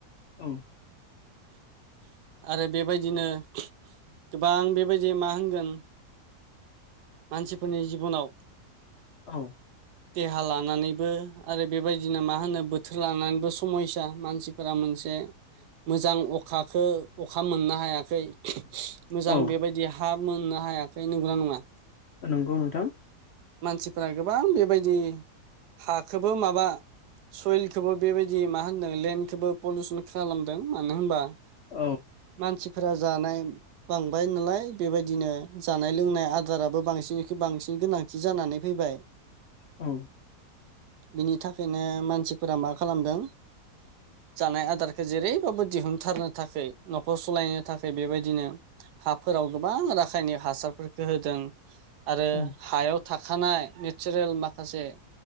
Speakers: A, on the left (about 60°); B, on the right (about 80°).
A: औ
B: आरो बेबायदिनो गोबां बेबायदि मा होनगोन मानसिफोरनि जिबनाव
A: औ
B: <inaudible> देहा लानानैबो आरो बेबायदिनो मा होनो बोथोर लानानैबो समयसा मानसिफोरा मोनसे मोजां अखाखौ अखा मोननो हायाखै मोजां
A: औ
B: बेबायदि हा मोननो हायाखै नंगौना नङा
A: नंगौ नोंथां
B: मानसिफोरा गोबां बेबायदि हाखौबो माबा सयलखौबो बेबायदि मा होनदों लेन्डखौबो पलिउसन खालामदों मानो होनबा
A: औ
B: मानसिफोरा जानाय बांबाय नालाय बेबायदिनो जानाय लोंनाय आ दाराबो बांसिननि बांसिन गोनांथि जानानै फैबाय
A: औ
B: बिनि थाखायनो मानसिफोरा मा खालामदों जानाय आदारखौ जेरैबाबो दिहुनथारनो थाखाय न'खर सालायनो थाखाय बेबायदिनो हाफोराव गोबां राखायनिक हासारफोरखौ हो दों आरो
A: औ
B: हायाव थाखानाय नेचारेल माखासे